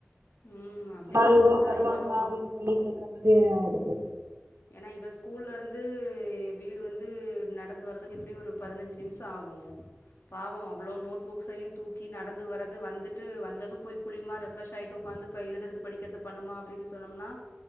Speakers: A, on the left; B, on the right.
A: ம் அப்டிதா
B: அதான் இவ்வளோ
A: பண்றா
B: தருவாங்களா
A: இவளு
B: அப்டின்னு சொல்லி கேக்குற மாதிரி இருக்கு
A: ஏன்னா இவ ஸ்கூல்ல இருந்து வீடு வந்து நடந்து வர்துக்கு எப்டியும் ஒரு பதினஞ்சு நிமிசம் ஆகும் பாவம் அவ்ளோ நோட்புக் புக்சயும் தூக்கி நடந்து வர்ரது வந்துட்டு வந்ததும் போய் குளிமா ரெஃப்ரெஷ் ஆகிட்டு உட்காந்து ப எழுதுறது படிக்கிறது பண்ணுமா அப்படின்னு சொன்னம்னா